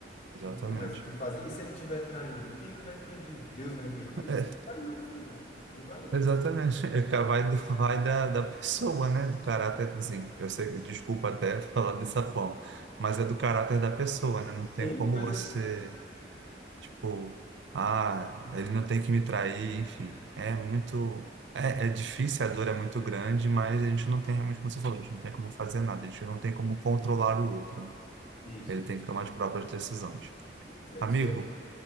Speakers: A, on the right; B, on the left.
A: Exatamente.
B: não tem mais o que fazer. E se ele estiver traindo, quem é que vai impedir? Deus vai impedir?
A: É,
B: Vai não, filho. Não vai não.
A: Exatamente. É que vai, do- vai da, da pessoa, né? Do caráter, assim, eu sei, que- desculpa até falar dessa forma, mas é do caráter da pessoa, né? Não tem
B: Sim,
A: como
B: mas
A: você,
B: é isso mesmo.
A: tipo, ah, ele não tem que me trair, enfim. É muito, é, é difícil, a dor é muito grande, mas a gente não tem realmente, como você falou, a gente não tem como fazer nada, a gente não tem como controlar o outro, né?
B: Isso,
A: Ele tem
B: justamente.
A: que tomar as próprias decisões.
B: É
A: Amigo,
B: isso aí.